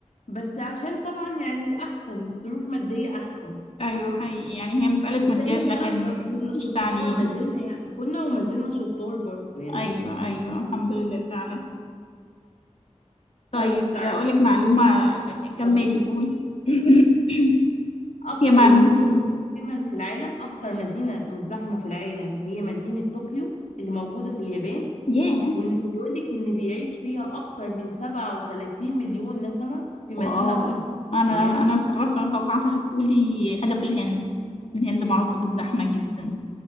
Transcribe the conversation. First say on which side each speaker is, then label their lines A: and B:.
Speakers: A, on the left (about 80°); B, on the left (about 55°).
A: بس عشان طبعا يعني احسن ظروف مادية احسن
B: ايوه حقيقي يعني هي مسألة
A: بس
B: ماديات
A: احنا
B: لكن
A: فعلا ك- كنا شطار
B: مش تعليم
A: ما زلنا يعني كنا وما زلنا شطار برضو يعني
B: ايوه ايوه الحمد لله فعلا طيب
A: طيب تعرفي
B: اقولك معلومة كملي
A: طب قولي
B: قول <coughs>
A: اكتر
B: هي معلومة
A: المدن
B: قول
A: مزدحما في العالم اكتر مدينة مزدحمة في العالم هي مدينة طوكيو اللي موجودة في اليابان
B: ياه
A: وان بيقولك ان بيعيش فيها اكتر من 37 مليون نسمة في مدينة
B: واو
A: واحدة
B: انا
A: تخيلي
B: انا استغربت انا توقعتها هتقولي حاجة في الهند الهند معروفة بالزحمة جدا